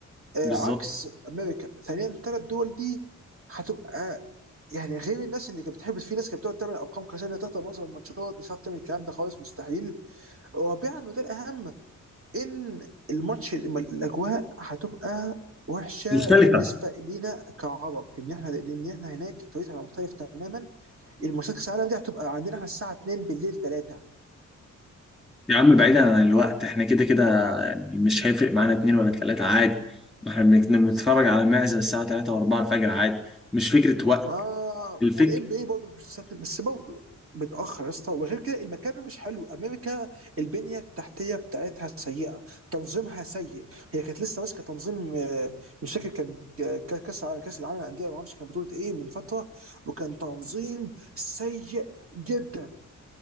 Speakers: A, on the right; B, in the centre.
A: آه،
B: بالظبط
A: عكس امريكا ثانيا الثلاث دول دي هتبقى يعني غير الناس اللي كانت بتحب في ناس كانت بتقعد تعمل ارقام قياسيه انها تحضر معظم الماتشات مش هتعرف تعمل الكلام ده خالص مستحيل رابعا وده الاهم ان الماتش الاجواء هتبقى وحشه
B: مختلفة
A: بالنسبه لينا كعرب لان احنا لان احنا هناك التوقيت هيبقى مختلف تماما الماتشات كاس العالم دي هتبقى عندنا احنا الساعه 2 بالليل 3
B: يا عم بعيدا عن الوقت احنا كده كده يعني مش هيفرق معانا اتنين ولا تلاتة عادي ما احنا بنت- بنتفرج على معزة الساعة تلاتة وأربعة الفجر عادي مش فكرة وقت
A: ما
B: الفكر
A: والان بي برضه مش سهل، بس برضه متاخر يا اسطى وغير كده المكان مش حلو امريكا البنيه التحتيه بتاعتها سيئه تنظيمها سيء هي كانت لسه ماسكه تنظيم آه، مش فاكر كان ك- كاس العالم كاس العالم للانديه ما اعرفش كان بطوله ايه من فتره وكان تنظيم سيء جدا